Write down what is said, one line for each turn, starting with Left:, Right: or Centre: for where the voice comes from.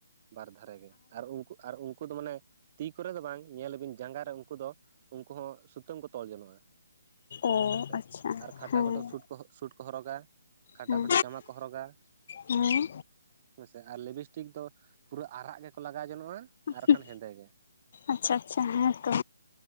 Right: ᱵᱟᱨ ᱫᱷᱟᱨᱮ ᱜᱮ ᱟᱨ ᱩᱝᱠᱩ ᱟᱨ ᱩᱝᱠᱩ ᱫᱚ ᱢᱟᱱᱮ ᱛᱤ ᱠᱚᱨᱮ ᱫᱚ ᱵᱟᱝ ᱧᱮᱞ ᱟᱹᱵᱤᱱ ᱡᱟᱸᱜᱟ ᱨᱮ ᱩᱝᱠᱩ ᱫᱚ ᱩᱝᱠᱩ ᱦᱚᱸ ᱥᱩᱛᱟᱹᱢ ᱠᱚ ᱛᱚᱞ ᱡᱚᱱᱚᱜᱼᱟ᱾
Left: ᱚ
Right: ᱦᱮᱸᱥᱮ
Left: ᱟᱪᱪᱷᱟ
Right: ᱟᱨ ᱠᱷᱟᱴᱟ
Left: ᱦᱮᱸ
Right: ᱠᱷᱚᱴᱚ ᱥᱩᱸᱴ ᱠᱚ ᱥᱩᱸᱴ ᱠᱚ ᱦᱚᱨᱚᱜᱟ᱾ ᱠᱷᱟᱴᱚ
Left: ᱦᱮᱸ
Right: ᱠᱷᱟᱴᱚ ᱡᱟᱢᱟ ᱠᱚ ᱦᱚᱨᱚᱜᱟ᱾
Left: ᱦᱮᱸ
Right: ᱦᱮᱸᱥᱮ ᱟᱨ ᱞᱮᱵᱤᱥᱴᱤᱠ ᱫᱚ ᱯᱩᱨᱟᱹ ᱟᱨᱟᱜ ᱜᱮᱠᱚ ᱞᱟᱜᱟᱣ ᱡᱚᱱᱚᱜᱼᱟ᱾
Left: ᱚᱦᱩᱸ
Right: ᱟᱨ ᱵᱟᱠᱷᱟᱱ ᱦᱮᱸᱫᱮ ᱜᱮ
Left: ᱟᱪᱪᱷᱟ ᱟᱪᱪᱷᱟ ᱦᱮᱸᱛᱚ